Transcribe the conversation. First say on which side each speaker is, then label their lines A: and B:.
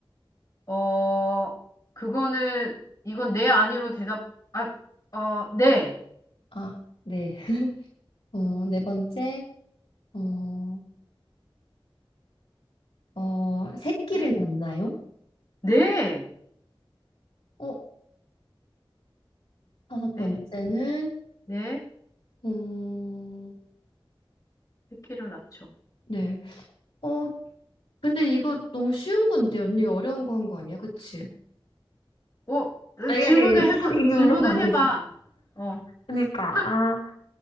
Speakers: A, on the left; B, on the left.
A: 어, 그거는, 이건 네 아니로 대답, 아, 어, 네.
B: 아, 네. <laughs> 어, 네 번째. 어, 어, 새끼를
A: 네?
B: 낳나요?
A: 네.
B: 어, 다섯
A: 네.
B: 번째는
A: 네.
B: 음,
A: 새끼를 낳죠.
B: 네. 어, 근데 이거 너무 쉬운 건데 언니가 어려운 거 한 거 아니야? 그치?
A: 어,
B: 아, 이게,
A: 질문을
B: 이게,
A: 해보,
B: 이게
A: 질문을
B: 물어보면 안 되지.
A: 해봐. 어,
B: 그니까,
A: <laughs>
B: 아,